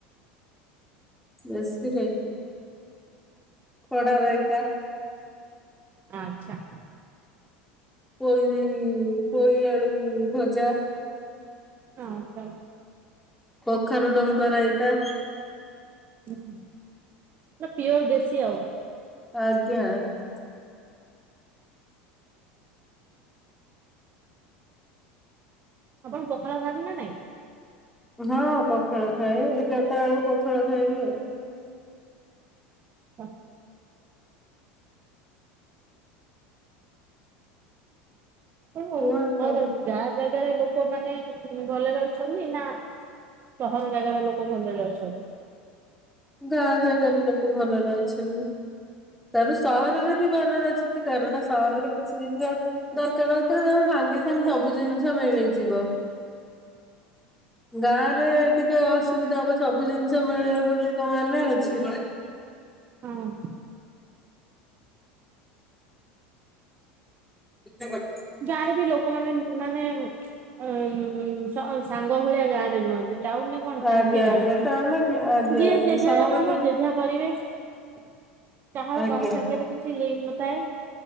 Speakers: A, in the centre; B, on the right (about 35°).
A: ବେଶୀରେ ଖଡା ରାଇତା।
B: ଆଚ୍ଛା।
A: ପୋଇ ପୋଇ ଆଳୁ ଭଜା।
B: ହଁ ଆଚ୍ଛା।
A: କଖାରୁ ଡଙ୍କ ରାଇତା।
B: ହୁଁ ପୁରା ପିଓର ଦେଶୀ ଆଉ।
A: ଆଜ୍ଞା ଆଜ୍ଞା।
B: ଆପଣ ପଖାଳ ଖାଆନ୍ତି ନା ନାଇଁ?
A: ହଁ ପଖାଳ ଖାଏ ଏଗାରଟା ଏଳକୁ ପଖାଳ ଖାଇବି ଆଉ।
B: ହକ୍। <unintelligible>
A: କୁହନ୍ତୁ
B: ଗାଁ ଜାଗାରେ ଲୋକମାନେ ଭଲରେ ଅଛନ୍ତି ନା ସହର ଜାଗାରେ ଲୋକ ଭଲରେ ଅଛନ୍ତି?
A: ଗାଁ ଜାଗାରେ ଲୋକ ଭଲରେ ଅଛନ୍ତି। ତାର ସହରରେ ବି ଭଲରେ ଅଛନ୍ତି କାରଣ ସହରରେ କିଛି ଦିନ ଜିନିଷ ଦରକାର ହଉ ଥିଲେ ତମେ ସହ ସାଙ୍ଗେ ସାଙ୍ଗେ ସବୁ ଜିନିଷ ମିଳିଯିବ। ଗାଁରେ ଟିକେ ଅସୁବିଧା ହବ ସବୁ ଜିନିଷ ମିଳିବ ବୋଲି ତ ମାନେ ଅଛି।
B: ହଁ।
A: <inaudible>
B: ଯାହାର ବି ଲୋକମାନେ ମାନେ ଏ ସା ସାଙ୍ଗ ଭଳିଆ ଗାଁରେ ରୁହନ୍ତି, ଟାଉନରେ କଣ
A: ଆଜ୍ଞା
B: ସେମିତି ନାହିଁ
A: ଆଜ୍ଞା ତାହେଲେ ଆଜ୍ଞା
B: ଯିଏ
A: ଆଜ୍ଞା
B: ଯେ
A: ସହରରେ
B: ଯା କାମ ଯେ ଯା କରିବେ।
A: <inaudible>
B: କାହାର
A: ଆଜ୍ଞା
B: କାହା ସାଙ୍ଗରେ କିଛି ଲିଙ୍କ ନଥାଏ